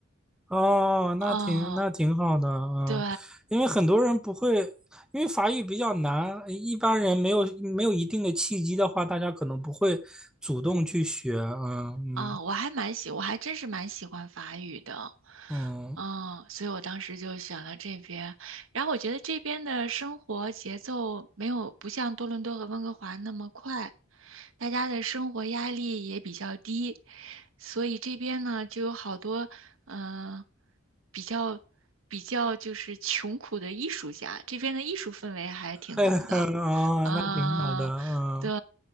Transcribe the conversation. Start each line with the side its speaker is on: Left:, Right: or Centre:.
Centre: 哦，那挺那挺好的，
Right: 哦，
Centre: 嗯，
Right: 对，
Centre: 因为很多人不会，因为法语比较难，一般人没有没有一定的契机的话，大家可能不会主动去学，嗯嗯
Right: 啊，我还蛮喜，我还真是蛮喜欢法语的，
Centre: 嗯，
Right: 嗯，所以我当时就选了这边。然后我觉得这边的生活节奏没有不像多伦多和温哥华那么快，大家的生活压力也比较低，所以这边呢就有好多嗯、呃比较比较就是穷苦的艺术家，这边的艺术氛围还挺浓的，
Centre: 嘿嘿，<laughs> 啊，
Right: 嗯、
Centre: 那挺好的，嗯，
Right: 对。